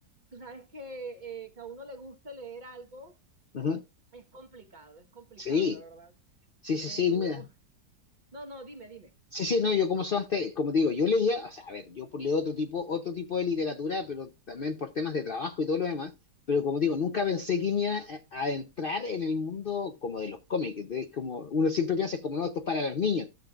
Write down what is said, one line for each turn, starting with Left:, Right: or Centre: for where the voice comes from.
Right: tú sabes que, eh, que a uno le guste leer algo
Left: ujú.
Right: es complicado, es complicado,
Left: Sí,
Right: la verdad.
Left: sí, sí,
Right: Eh,
Left: sí,
Right: uno...
Left: mira.
Right: No, no, dime, dime.
Left: Sí, sí, no, yo como son, te- como te digo, yo leía, o sea, a ver, yo por- leo otro tipo, otro tipo de literatura, pero también por temas de trabajo y todo lo demás, pero como digo, nunca pensé que me iba a, a entrar en el mundo como de los cómics, entonces como uno siempre piensa, es como no, esto es para los niños,